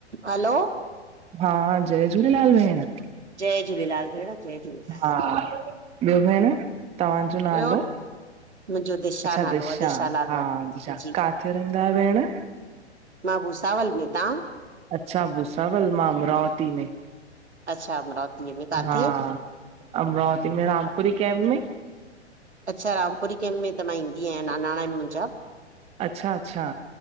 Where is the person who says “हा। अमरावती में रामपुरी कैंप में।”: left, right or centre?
Right